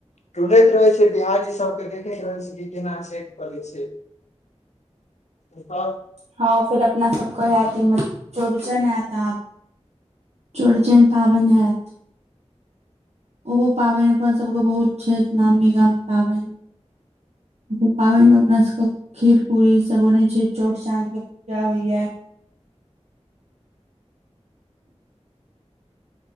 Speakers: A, on the left (about 75°); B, on the right (about 70°).
A: टूलैत रहै छैय बिहारी सबके देखैत रहै छैय कि केना छैठ क लै छैय। कसऽ
B: हँ फिर अपना सब कहया चौरचन आयत आब। चौरचन पाबनि आयैत ओहो पाबनि अपन सभके बहुत छैय नामी गामी पाबनि। पाबनि में अपना सभ के खीर पूरी ई सब बनय छैय चौठ चाँद के पूजा होइया।